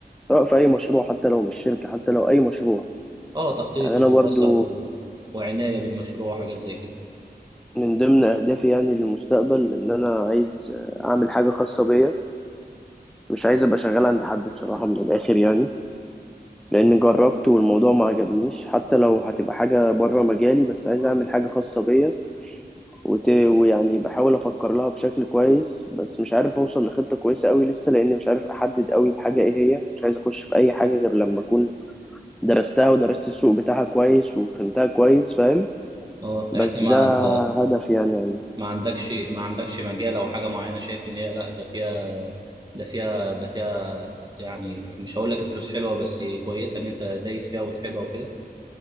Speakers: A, in the centre; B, on the right.
A: سواء في أي مشروع حتى لو مش شركة حتى لو أي مشروع
B: اه تخطيط
A: يعني
B: ودراسه
A: أنا برضو
B: و... وعنايه بالمشروع وحاجات زي كده
A: من ضمن أهدافي يعني للمستقبل إن أنا عايز أعمل حاجة خاصة بيا مش عايز أبقى شغال عند حد بصراحة من الآخر يعني لأن جربت والموضوع ما عجبنيش حتى لو هتبقى حاجة بره مجالي بس عايز أعمل حاجة خاصة بيا وت... ويعني بحاول أفكر لها بشكل كويس بس مش عارف أوصل لخطة كويسة أوي لسه لأني مش عارف أحدد أوي الحاجة إيه هي مش عايز أخش في أي حاجة غير لما أكون درستها ودرست السوق بتاعها كويس وفهمتها كويس فاهم
B: اه
A: بس
B: يعني انت ما
A: ده
B: انت
A: هدف يعني يعني
B: ما عندكش ما عندكش مجال او حاجه معينه شايف ان هي لا ده فيها ده فيها ده فيها يعني مش هقول لك فلوس حلوه بس كويسه ان انت دايس فيها وتحبها وكده